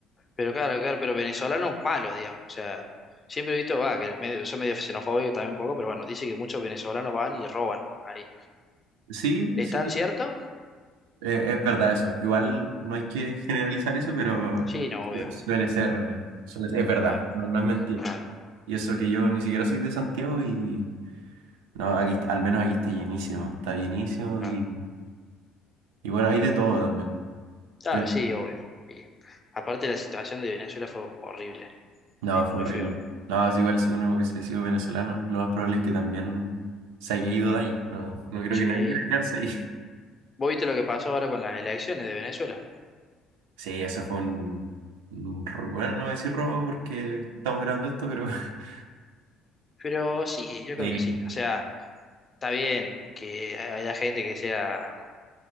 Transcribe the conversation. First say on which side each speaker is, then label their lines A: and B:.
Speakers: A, on the left; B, on the right.
A: Pero claro, claro, pero venezolanos malos, digamos. O sea, siempre he visto, va, que medio, son medio xenofóbicos también un poco, pero bueno, dice que muchos venezolanos van y roban ahí.
B: Sí,
A: ¿Es
B: sí,
A: tan cierto?
B: eh, es verdad eso. Igual no hay que generalizar eso, pero
A: Sí, no,
B: bueno,
A: obvio.
B: suele ser, suele ser- es verdad,
A: Claro,
B: no, no es mentira.
A: claro,
B: Y eso que yo ni siquiera soy de Santiago y no, aquí está- al menos aquí está llenísimo, está llenísimo
A: claro.
B: y, y bueno, hay de todo también.
A: Claro,
B: Pero
A: sí, obvio. Sí. Aparte la situación de Venezuela fue horrible.
B: no,
A: Es
B: fue
A: muy
B: horrible.
A: feo.
B: No, es igual si uno hubiese sido venezolano, lo más probable es que también se haya ido de ahí. No, no creo que
A: Sí.
B: nadie quiera quedarse ahí.
A: ¿Vos viste lo que pasó ahora con las elecciones de Venezuela?
B: Sí, eso fue un, un ro- Bueno, no voy a decir robo porque estamos grabando esto, pero... <laughs>
A: Pero sí, yo creo
B: Sí.
A: que sí. O sea, está bien que haya gente que sea